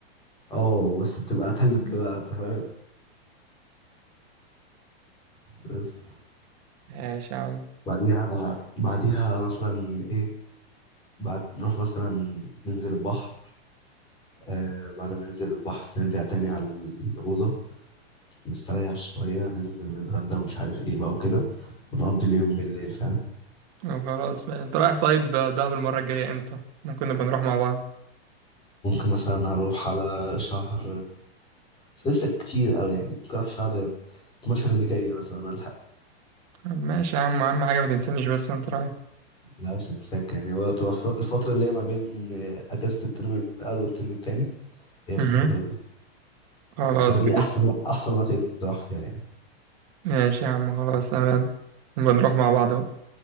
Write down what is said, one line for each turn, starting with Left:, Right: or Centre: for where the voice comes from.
Left: اه بس بتبقى تلج بقى أنت فاهم بس
Right: ماشي يا عم
Left: بعديها بعديها مثلا ايه بعد نروح مثلا ننزل البحر آه بعد ما ننزل البحر نرجع تاني على الأوضة نستريح شوية ننزل نتغدى ومش عارف ايه بقى وكده ونقضي اليوم بالليل فاهم
Right: طب خلاص بقى أنت رايح طيب دهب المرة الجاية إمتى؟ ممكن نبقى نروح مع بعض
Left: ممكن مثلا أروح على شهر بس لسه كتير قوي يعني ممكن اروح شهر 12 اللي جاي مثلا ولا حاجه
Right: طب ماشي يا عم أهم حاجة ما تنسانيش بس وأنت رايح
Left: لا مش هتساك يعني هو تبقى ف- الفتره اللي هي ما بين آه، اجازه الترم الاول والترم التاني هي
Right: امم
Left: في الفتره دي
Right: خلاص
Left: الفتره دي
Right: ماشي
Left: احسن وقت احسن وقت يتراح فيها يعني
Right: ماشي يا عم خلاص تمام نبقى
Left: ماشي.
Right: نروح مع بعض بقى